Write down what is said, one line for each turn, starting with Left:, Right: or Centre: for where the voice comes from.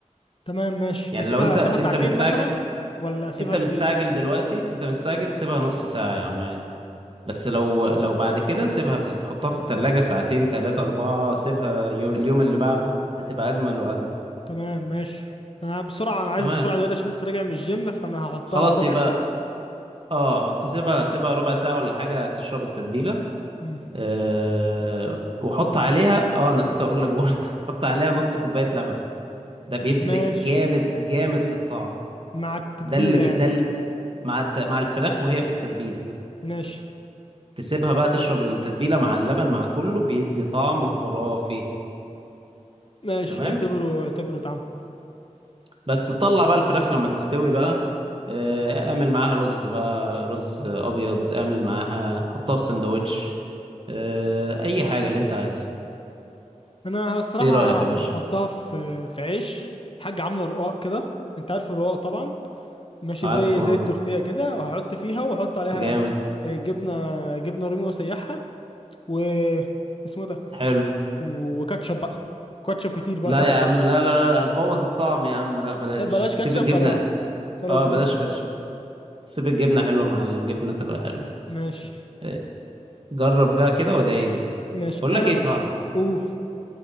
Left: تمام ماشي
Right: يعني
Left: اسيبها
Right: لو انت
Left: اسيبها
Right: انت
Left: ساعتين
Right: مستعجل
Left: مثلا ولا اسيبها
Right: انت
Left: قد
Right: مستعجل
Left: ايه
Right: دلوقتي انت مستعجل سيبها نص ساعة يا عم عادي بس لو لو بعد كده سيبها في تحطها في التلاجة ساعتين تلاتة أربعة سيبها يو- اليوم اللي بعده هتبقى أجمل وأجمل
Left: تمام ماشي انا بسرعه انا عايز
Right: تمام
Left: بسرعه دلوقتي عشان لسه راجع من الجيم فانا هحطها
Right: خلاص
Left: ربع
Right: يبقى
Left: ساعه
Right: اه حط سيبها سيبها ربع ساعة ولا حاجة تشرب التتبيلة
Left: امم
Right: أه وحط عليها اه نسيت أقول لك برضه <laughs> حط عليها نص كوباية لبن ده بيفرق
Left: ماشي
Right: جامد جامد في الطعم
Left: مع التتبيله
Right: ده اللي بي
Left: يعني
Right: ده ال- مع الت... مع الفراخ وهي في التتبيلة
Left: ماشي
Right: تسيبها بقى تشرب التتبيلة مع اللبن مع كله بيدي طعم خرافي
Left: ماشي
Right: تمام
Left: اعتبره اعتبره اتعمل
Right: بس تطلع بقى الفراخ لما تستوي بقى آه، اعمل معاها رز بقى رز ابيض اعمل معاها حطها في سندوتش آه، اي حاجه اللي انت عايزه
Left: انا الصراحه
Right: ايه رايك يا
Left: هحطها
Right: باشا
Left: في في عيش حاجه عامله رقاق كده انت عارف الرقاق طبعا ماشي
Right: عارفه
Left: زي زي التورتيه كده وهحط فيها واحط عليها
Right: جامد
Left: آه، جبنه جبنه رومي واسيحها و اسمه ده
Right: حلو
Left: و- وكاتشب بقى كاتشب كتير بقى
Right: لا
Left: غرق
Right: يا عم
Left: كاتشب
Right: لا لا لا هتبوظ الطعم يا عم لا بلاش
Left: لا، بلاش
Right: سيب
Left: كاتشب
Right: الجبنه
Left: خلاص خلاص
Right: اه
Left: بلاش
Right: بلاش
Left: كاتشب
Right: كاتشب سيب الجبنه حلوه مع الجبنه تبقى حلوه
Left: ماشي
Right: آه، جرب بقى كده وادعي لي
Left: ماشي
Right: بقول
Left: انا
Right: لك ايه
Left: بقى
Right: صح
Left: قول